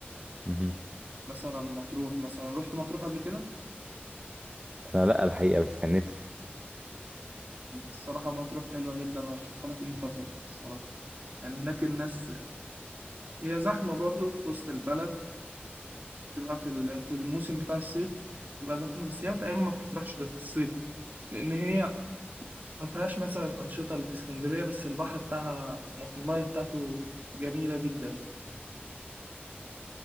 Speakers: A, on the right; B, on the right.
A: مهم.
B: مثلا مطروح مثلا رحت مطروح قبل كده
A: أنا لأ الحقيقة بس كان نفسي
B: الصراحة مطروح حلوة جدا أرشحها لك إن أنت تروح الصراحة يعني هناك الناس هي زحمة برضو في وسط البلد تبقى في ال- في الموسم بتاع الصيف تبقى زحمة بس هي تقريبا ما بتطرحش غير في الصيف لأن هي ما فيهاش مثلا أنشطة اللي في اسكندرية بس البحر بتاعها المايه بتاعته جميلة جدا